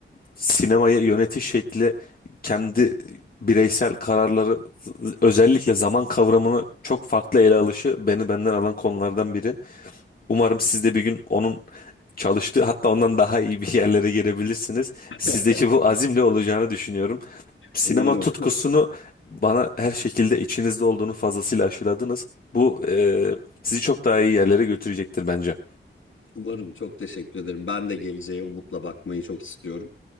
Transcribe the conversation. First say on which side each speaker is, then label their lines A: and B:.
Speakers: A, on the left; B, on the left.
A: sinemaya yönetiş şekli, kendi bireysel kararları, özellikle zaman kavramını çok farklı ele alışı beni benden alan konulardan biri. Umarım siz de bir gün onun çalıştığı hatta ondan daha iyi bir yerlere gelebilirsiniz.
B: <laughs>
A: Sizdeki bu azimle olacağını düşünüyorum. Sinema
B: Umarım.
A: tutkusunu bana her şekilde içinizde olduğunu fazlasıyla aşıladınız. Bu e, sizi çok daha iyi yerlere götürecektir bence.
B: Umarım çok teşekkür ederim. Ben de geleceğe umutla bakmayı çok istiyorum.